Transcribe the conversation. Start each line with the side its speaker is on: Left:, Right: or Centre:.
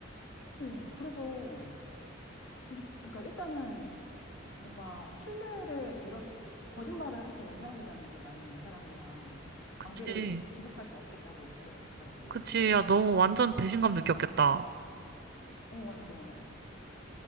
Left: 어, 그래서 도대체, 그러니까 일단은 뭔가 신뢰를 잃어, 거짓말을 할 수 있는 사람이라는 게 나는 이 사람이랑 관계를
Right: 그치.
Left: 지속할 수 없겠다고 느껴지더라고.
Right: 그치. 야, 너무 완전 배신감 느꼈겠다.
Left: 어, 완전.